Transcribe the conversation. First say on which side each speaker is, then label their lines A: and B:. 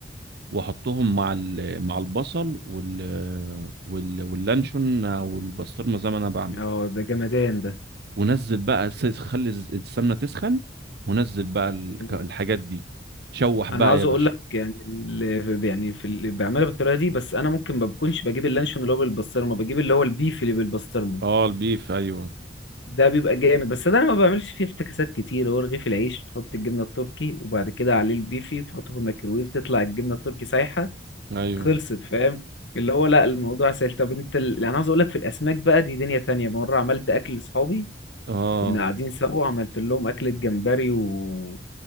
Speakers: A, on the right; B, on the left.
A: واحطهم مع ال- مع البصل وال وال واللانشون او البسطرمه زي ما انا بعمل
B: اه ده جمدان ده
A: ونزل بقى س- خلي الز- السمنه تسخن ونزل بقى الك-
B: مم.
A: الحاجات دي شوح بقى
B: انا عاوز
A: يا
B: اقول
A: باشا
B: لك يعني اللي يعني في اللي بعملها بالطريقه دي بس انا ممكن ما بكونش بجيب اللانشون اللي هو بالبسطرمه بجيب اللي هو البيف اللي بالبسطرمه
A: اه البيف ايوه
B: ده بيبقى جامد بس ده انا ما بعملش فيه افتكاسات كتير هو رغيف العيش تحط الجبنه التركي وبعد كده عليه البيفي تحطه في الميكرويف تطلع الجبنه التركي سايحه
A: ايوه
B: خلصت فاهم اللي هو لا الموضوع سهل طب انت ال... يعني انا عاوز اقول لك في الاسماك بقى دي دنيا تانية مره عملت اكل لاصحابي
A: اه
B: كنا قاعدين سوا وعملت لهم اكلة جمبري و...